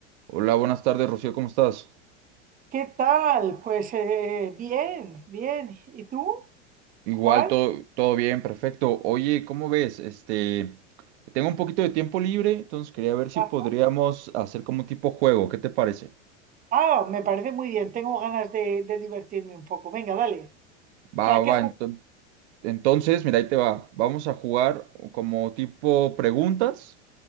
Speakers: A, on the right (about 60°); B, on the right (about 20°).
A: Hola, buenas tardes, Rocío, ¿cómo estás?
B: ¿Qué tal? Pues eh, bien, bien. ¿Y tú,
A: Igual,
B: Juan?
A: todo, todo bien, perfecto. Oye, ¿cómo ves? Este, tengo un poquito de tiempo libre, entonces quería ver si
B: Ah,
A: podríamos hacer como un tipo juego, ¿qué te parece?
B: ah, me parece muy bien. Tengo ganas de, de divertirme un poco. Venga, dale.
A: Va,
B: ¿Qué, ¿A
A: va,
B: qué jugar?
A: entonces. Entonces, mira, ahí te va. Vamos a jugar como tipo preguntas.